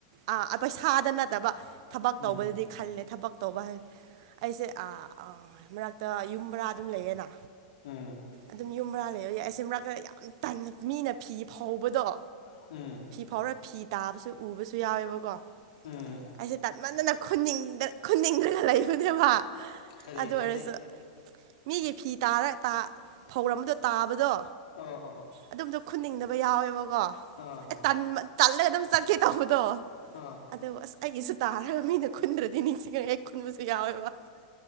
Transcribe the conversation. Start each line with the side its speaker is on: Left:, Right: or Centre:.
Right: ꯑꯥ ꯑ ꯄꯩꯁꯥꯗ ꯅꯠꯇꯕ ꯊꯕꯛ ꯇꯧꯕꯗꯗꯤ
Left: ꯎꯝ
Right: ꯈꯜꯂꯦ ꯊꯕꯛ ꯇꯧꯕ ꯍꯥꯏ ꯑꯩꯁꯦ ꯑꯥ ꯑ ꯃꯔꯛꯇ ꯌꯨꯝ ꯕꯔꯥ ꯑꯗꯨꯝ ꯂꯩꯌꯦꯅꯥ
Left: ꯎꯝ
Right: ꯑꯗꯨꯝ ꯌꯨꯝ ꯕꯔꯥ ꯂꯩꯕꯒꯤ ꯑꯩꯁꯦ ꯃꯔꯛꯇ ꯌꯥꯝ ꯇꯟꯅ ꯃꯤꯅ ꯐꯤ ꯐꯧꯕꯗꯣ
Left: <unintelligible> ꯎꯝ
Right: ꯐꯤ ꯐꯥꯎꯔ ꯐꯤ ꯇꯥꯕꯁꯨ ꯎꯕꯁꯨ ꯌꯥꯎꯋꯦꯕꯀꯣ
Left: ꯎꯝ
Right: ꯑꯩꯁꯦ ꯇꯠꯃꯟꯗꯅ ꯈꯨꯅꯤꯡꯗ ꯈꯨꯟꯅꯤꯡꯗ꯭ꯔꯒ ꯂꯩꯕꯅꯦꯕꯥ
Left: ꯀꯔꯤ
Right: ꯑꯗꯨ
Left: ꯍꯥꯏꯗꯤ
Right: ꯑꯣꯏꯔꯁꯨ ꯃꯤꯒꯤ ꯐꯤ ꯇꯥꯔ ꯇꯥ ꯐꯧꯔꯝꯕꯗꯣ ꯇꯥꯕꯗꯣ
Left: ꯑꯣ ꯑꯣ
Right: ꯑꯗꯨꯝꯗꯣ ꯈꯨꯟꯅꯤꯡꯅꯕ ꯌꯥꯎꯋꯦꯕꯀꯣ
Left: ꯑꯣ ꯑꯥ ꯑꯥ
Right: ꯑꯦ ꯇꯟꯕ ꯇꯜꯂꯦ ꯑꯗꯨꯝ ꯆꯠꯀꯦ ꯇꯧꯕꯗꯣ
Left: ꯑꯥ
Right: ꯑꯗꯕꯨ ꯑꯁ ꯑꯩꯒꯤꯁꯨ ꯇꯥꯔꯒ ꯃꯤꯅ ꯈꯨꯟꯗ꯭ꯔꯗꯤ ꯅꯤꯡꯁꯤꯡꯉ ꯍꯦꯛ ꯈꯨꯟꯕꯁꯨ ꯌꯥꯎꯋꯦꯕ